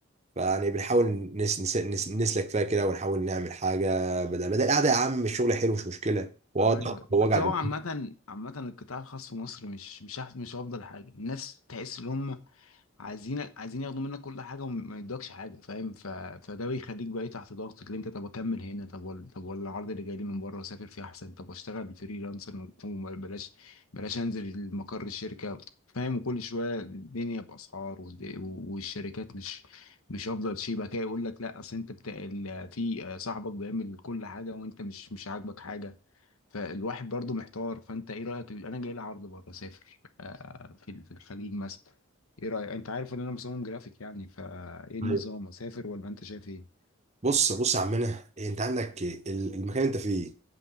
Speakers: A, on the right (about 30°); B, on the left (about 75°).
A: فيعني بنحاول نس نس نس نسلك فيها كده ونحاول نعمل حاجة بدل بدل القعدة يا عم الشغل حلو مش مشكلة وضغط
B: ايوه بس
A: ووجع
B: هو عامة عامة القطاع الخاص في مصر مش مش أحسن مش افضل حاجة الناس تحس ان هم عايزين عايزين ياخدوا منك كل حاجه وما يدوكش حاجه فاهم ف... فده بيخليك بقى إيه، تحت ضغط اللي انت طب اكمل هنا طب ولا طب ولا العرض اللي جاي لي من بره اسافر فيه احسن طب اشتغل فريلانسر وبلاش بلاش انزل مقر الشركه فاهم وكل شويه الدنيا باسعار والد- والشركات مش مش افضل شيء بقى كده يقول لك لا اصل انت بتا... ال- في صاحبك بيعمل كل حاجه وانت مش مش عاجبك حاجه فالواحد برضو محتار فانت ايه رايك انا جاي لي عرض بره اسافر آه، في في الخليج مثلا ايه رأيك انت عارف ان انا مصمم جرافيك يعني فايه النظام
A: دماغ.
B: اسافر ولا انت شايف ايه
A: بص بص يا عمنا انت عندك ال- المكان اللي انت فيه